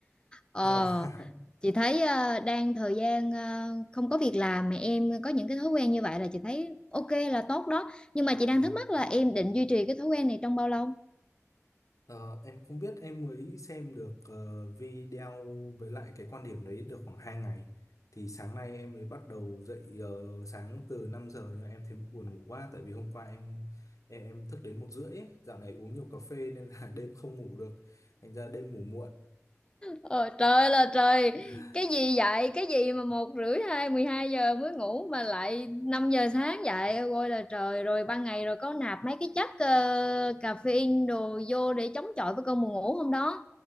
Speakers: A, on the left; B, on the left.
A: Ờ,
B: Dạ. <laughs>
A: chị thấy ờ, đang thời gian ờ, không có việc làm mà em có những cái thói quen như vậy là chị thấy ok là tốt đó. Nhưng mà chị đang
B: Dạ.
A: thắc mắc là em định duy trì cái thói quen này trong bao lâu?
B: Ờ, em không biết em mới xem được ờ, video với lại cái quan điểm đấy được khoảng hai ngày thì sáng nay em mới bắt đầu dậy ờ, sáng từ 5 giờ nhưng em thấy buồn ngủ quá tại vì hôm qua em em em thức đến một rưỡi ấy. Dạo này uống nhiều cà phê nên là <laughs> đêm không ngủ được thành ra đêm ngủ muộn
A: Ờ, trời là trời
B: <laughs>
A: Cái gì vậy Cái gì mà một rưỡi hai 12 giờ mới ngủ Mà lại 5 giờ sáng dậy Ôi là trời Rồi ban ngày rồi có nạp mấy cái chất ờ, Caffeine đồ vô để chống chọi với cơn buồn ngủ hôm đó